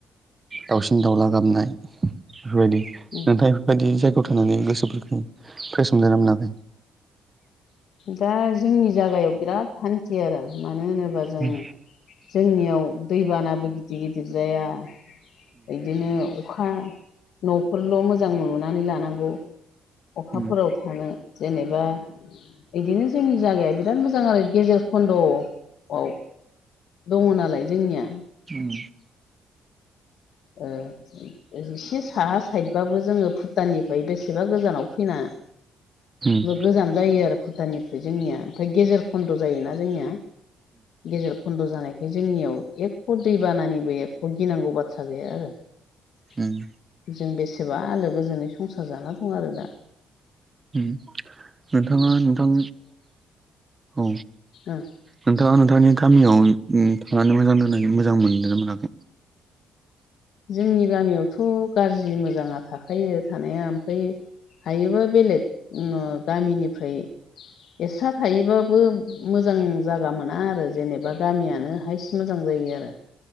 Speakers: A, on the right; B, on the left.
A: दाउसिन दाउला गाबनाय बेफोरबायदि नोंथां
B: आं
A: बेफोरबायदि जायगायाव थानानै गोसोफोरखौ फेस मोनदोना मोनाखै?
B: दा जोंनि जागायाव बिराद हान्थियो आरो मानो होनोबा जों
A: उम
B: जोंनियाव दैबानाबो गिदिर गिदिर जाया बिदिनो अखा न'फोरल' मोजां नुनानै लानांगौ अखाफोराव
A: उम
B: थाङो जेनेबा बिदिनो जोंनि जायगाया बिराद मोजां आरो गेजेर खन्द'आव बाव दङ' नालाय जोंनिया
A: उम
B: ओ इसे साहा साइद बाबो जोङो भुटाननिफ्राय बेसेबा गोजानाव फैना
A: उम
B: गोजान जायो आरो भुटानिफ्राय जोंनिया ओमफाय गेजेर खन्द' जायोना जोंनिया गेजेर खन्द' जानाय बे जोंनियाव एख' दैबानानिबो एखख' गिनांगौ बाथ्रा गैया आरो
A: उम
B: जों बेसेबा आलो गोजोनै संसार जाना दं आरो दा
A: उम नोंथाङा नोंथां औ
B: ओ
A: नोंथाङा नोंथांनि गामियाव उम थांनानै मोजां दोननाय मोजां मोनदोना मोनाखै
B: जोंनि गामियावथ' गाज्रि मोजाङा थाखायो थानाया ओमफ्राय हायोबा बेलेग गामिनिफ्राय एसा थायोबाबो मोजां जागा मोना आरो जेनेबा गामियानो हाइस मोजां जायो आरो